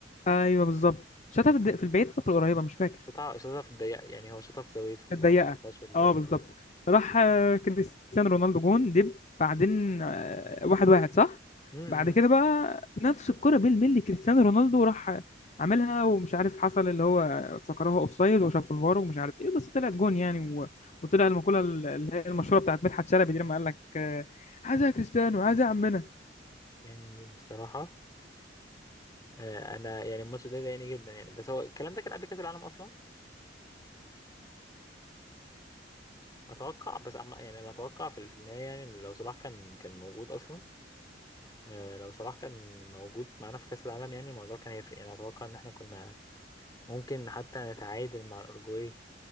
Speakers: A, on the left; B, on the left.
A: ايوه بالظبط شاطها في الد- في البعيده ولا في القريبه مش فاكر
B: شاطها شاطها في الضيق يعني هو شاطها في زاويته ما
A: ضيقه
B: ما حطهاش في البعيد
A: اه بالظبط
B: اه
A: راح آه، كريستيانو رونالدو جون دب بعدين آه، واحد واحد صح
B: أمم.
A: بعد كده بقى نفس الكرة بالملي كريستيانو رونالدو راح عملها ومش عارف حصل اللي هو افتكرها اوف سايد وشاف الفار ومش عارف ايه بس طلعت جون يعني و... وطلع المقولة اللي هي المشهورة بتاعت مدحت شلبي دي لما قال لك آه، عايزها يا كريستيانو عايزها يا عمنا
B: يعني بصراحة آه انا يعني الماتش ده ضايقني جدا يعني بس هو الكلام ده كان قبل كأس العالم اصلا اتوقع بس عم يعني انا اتوقع في في النهاية يعني إن لو صلاح كان كان موجود اصلا آه، لو صلاح كان موجود معانا في كأس العالم يعني الموضوع كان هيفرق يعني أتوقع إن احنا كنا ممكن حتى نتعادل مع الأورجواي